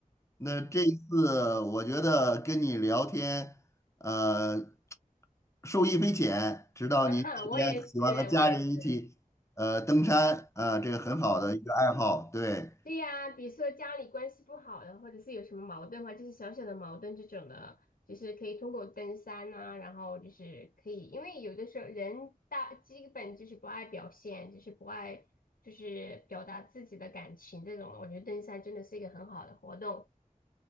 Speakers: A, on the left (about 20°); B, on the left (about 80°).
A: 那这次我觉得跟你聊天，呃，受益匪浅。知道您这边喜欢和家人一起，
B: <laughs> 我也是，我也是，对，
A: 呃，登山，呃，这个很好的一个爱好。对，
B: 对呀、比如说家里关系不好的，或者是有什么矛盾的话，就是小小的矛盾这种的，就是可以通过登山啊，然后就是可以，因为有的时候人大基本就是不爱表现，就是不爱就是表达自己的感情这种的我觉得登山真的是一个很好的活动，